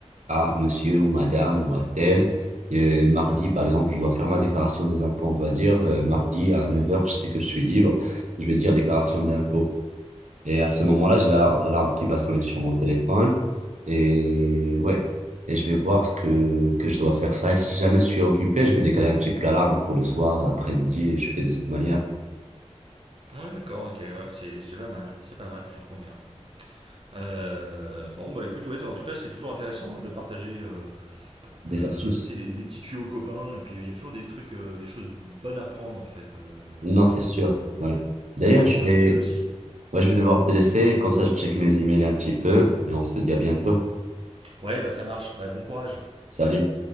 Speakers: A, on the right; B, on the right.
A: à monsieur ou madame ou à tel. Et mardi, par exemple, je dois faire ma déclaration des impôts, on va dire. euh, mardi à neuf heures je sais que je suis libre. Je vais dire déclaration d'impôts. Et à ce moment-là, j'ai la- l'alarme qui va sonner sur mon téléphone. Et ouais, et je vais voir ce que, que je dois faire ça. Et si jamais je suis occupé, je vais décaler un petit peu l'alarme pour le soir, l'après-midi. Et je fais de cette manière.
B: Ouais, d'accord, ok, ouais, c'est c'est pas mal, c'est pas mal, j'en conviens. Euh, bon, bah écoute, ouais, en tout cas, c'est toujours intéressant hein, de partager euh,
A: Des
B: euh,
A: astuces.
B: tu sais, les- des petits tuyaux aux copains, et puis euh, il y a toujours des trucs, euh, des choses bonnes à prendre en fait. euh,
A: Non, c'est
B: donc,
A: sûr.
B: euh, ouais,
A: Ouais. D'ailleurs,
B: ça permet
A: je
B: de s'inspirer
A: vais,
B: aussi.
A: ouais, je vais devoir te laisser. Comme ça, je check mes emails un petit peu. Et on se dit à bientôt.
B: Ouais, bah ça marche, bah bon courage.
A: Salut.